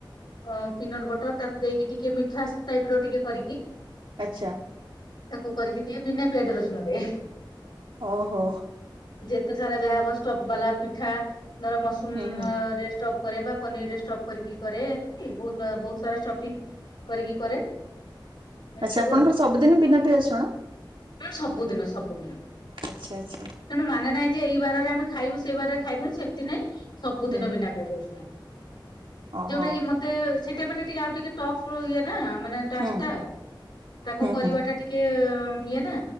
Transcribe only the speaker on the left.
ଅ ପିନଟ ବଟର ତାକୁ ଦେଇକି ଟିକେ ମିଠା ଟାଇପ ର ଟିକେ କରିକି
ତାକୁ କରିକି ଦିଏ ବିନା ପିଆଜ ରସୁଣ ରେ।
ଯେତେ ସାରା ଯାହା ହବ ଷ୍ଟବ୍ ବାଲା ପିଠା ନହଲେ ମସୁମରେ
ଷ୍ଟପ କରେ। ବା ପନିର ରେ ଷ୍ଟପ୍ କରିକି କରେ। ଏମତି ବହୁ ବହୁତ ସାରା ଷ୍ଟପିଙ୍ଗ କରିକି କରେ। ଏମିତି
ସବୁ
ଆଉ
ସବୁଦିନ ସବୁଦିନ
ତେଣୁ ମାନେ ନାହିଁ ଯେ ଏଇ ବାରରେ ଆମେ ଖାଇବୁ, ସେଇ ବାରରେ ଖାଇବୁନୁ ସେମିତି ନାଇଁ। ସବୁଦିନ
ବିନା ପିଆଜ ରସୁଣ।
ଯୋଉଟା କି ମତେ ସେଇଟା ମାନେ ଟିକେ ଆଉ ଟିକେ ଟଫ ଇଏ ନା। ମାନେ ଟାସ୍କ
ଟା। ତାକୁ
କରିବା
ଟା ଟିକେ ଇଏ ନା।